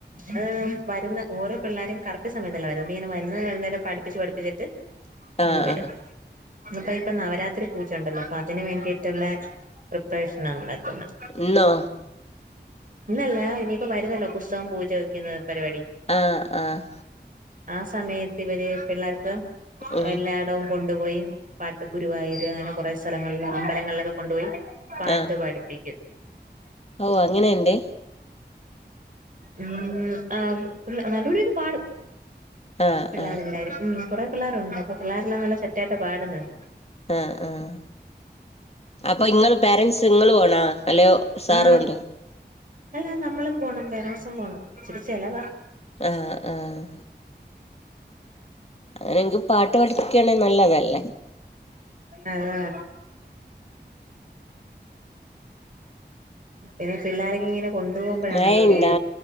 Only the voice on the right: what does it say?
അത വരുന്ന ഓരോ പിള്ളാരും കറക്റ്റ് സമയത്തല്ല വരുന്നെ ഇങ്ങനെ വരുന്ന വരുന്നേരെ പഠിച്ച് പഠിപ്പിച്ചിട്ട്
ങ്ങ് വിടും
ഇന്നിപ്പ ഇപ്പൊ നവരാത്രി പൂജ ഉണ്ടല്ലോ അപ്പൊ അതിന് വേണ്ടിട്ടുള്ള പ്രിപ്രേഷന നടക്കുന്നേ
ഇന്നല്ല ഇനിയിപ്പം വരുന്നല്ലോ പുസ്തകം പൂജ വെക്കുന്ന പരിപാടി
ആഹ് സമയത്ത് ഇവര് പിള്ളേർക്ക്
എല്ലാടവും കൊണ്ടുപോയി പാട്ട് ഗുരുവായൂര് അങ്ങനെ കൊറെ സ്ഥലങ്ങളില് അമ്പലങ്ങളിലൊക്കെ കൊണ്ടുപോയി പാട്ട്
പഠിപ്പിക്കും
ഉ ആഹ് നല്ലൂടിക്ക്പാടും
പിള്ളാരെല്ലാരും
ഉം കുറെപിള്ളാരുണ്ട് അപ്പൊ പിള്ളാരെല്ലാ നല്ല സെറ്റായിട്ട പാടുന്ന് ണ്ട്
ആ
അല്ല നമ്മളും പോണം പെരൻസും പോണം ഇച്ചിരി ചെലവാ
അതെ പിന്നെ പിള്ളാരിങ്ങനെ കൊണ്ടുപോവുമ്പോഴാണല്ലോ
ഒര്